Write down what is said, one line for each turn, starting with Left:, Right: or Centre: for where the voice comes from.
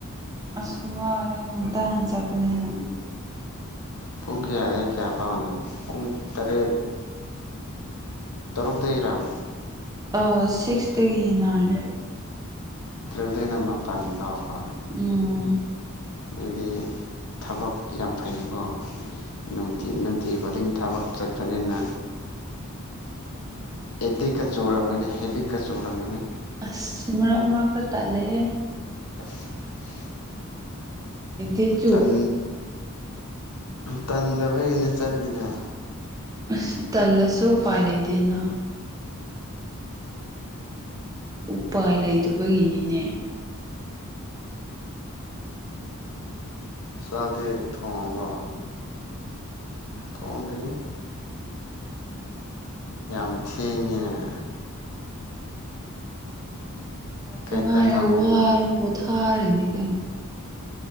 Right: ꯑꯁ ꯋꯥꯔꯦ ꯉꯟꯇꯥꯅ ꯆꯠꯄꯅꯦꯅ
Left: ꯄꯨꯡ ꯀꯌꯥꯗꯩꯅ ꯀꯌꯥꯐꯥꯎꯅꯣ ꯄꯨꯡ ꯇꯔꯦꯠ ꯇꯔꯨꯛꯇꯩꯔꯥꯝ
Right: ꯑ ꯁꯤꯛꯁꯇꯒꯤ ꯅꯥꯏꯟ
Left: ꯇꯔꯨꯛꯇꯩꯅ ꯃꯄꯥꯟ ꯕꯥꯎ ꯀꯣ
Right: ꯎꯝ
Left: ꯃꯤꯗꯤ ꯊꯕꯛ ꯌꯥꯝ ꯐꯩꯌꯦꯀꯣ ꯅꯨꯡꯇꯤ ꯅꯨꯡꯇꯤ ꯈꯨꯗꯤꯡ ꯊꯕꯛ ꯆꯠꯄꯅꯤꯅ ꯑꯦꯗꯤꯛꯀ ꯆꯨꯨꯔꯝꯃꯅꯤ ꯍꯦꯕꯤꯠꯀ ꯆꯨꯨꯔꯝꯃꯅꯤ
Right: ꯑꯁ ꯃꯔꯛ ꯃꯔꯛꯇ ꯇꯜꯂꯦꯍꯦ
Left: <unintelligible>
Right: ꯏꯗꯤꯠ
Left: ꯇꯥꯟ ꯇꯥꯟꯗꯕꯒꯤꯅꯦ ꯆꯠꯂꯤꯗꯣ
Right: ꯑꯁ ꯇꯜꯂꯁꯨ ꯎꯄꯥꯏ ꯂꯩꯇꯦꯅ ꯎꯄꯥꯏ ꯂꯩꯇꯕꯒꯤꯅꯤꯅꯦ
Left: ꯆꯥꯛꯗꯤ ꯊꯣꯡꯉꯕꯣ ꯊꯣꯡꯗ꯭ꯔꯤ ꯌꯥꯝ ꯊꯦꯡꯉꯦꯅ
Right: ꯍꯟꯂꯛꯇ
Left: ꯀꯩ
Right: ꯉꯥꯏꯔꯤ
Left: ꯏꯟꯖꯥꯡ ꯊꯣꯡꯉꯤꯗꯨꯅ
Right: ꯋꯥꯔꯦ ꯄꯣꯊꯥꯔꯤꯅꯤ ꯀꯩꯅꯣ